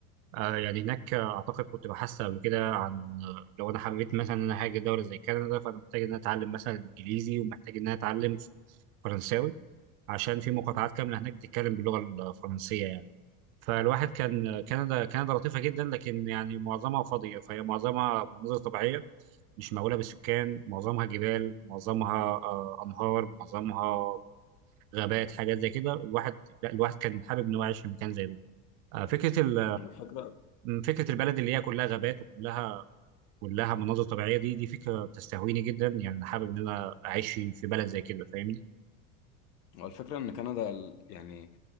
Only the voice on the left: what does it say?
الفكرة
والفكرة إن كندا ال- يعني